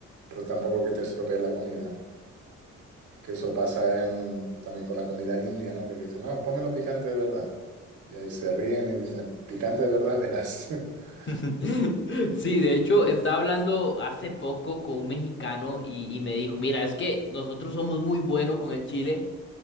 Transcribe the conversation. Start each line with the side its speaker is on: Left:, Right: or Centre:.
Right: pero tampoco que te estropee la comida, ¿no? Que eso pasa en, también con la comida india, ¿no? Que le dices, no, pónmelo picante de verdad. Y ahí se ríen y dicen, picante de verdad, verás. <laughs>
Left: <laughs> Sí, de hecho, estaba hablando hace poco con un mexicano y, y me dijo, mira, es que nosotros somos muy buenos con el chile.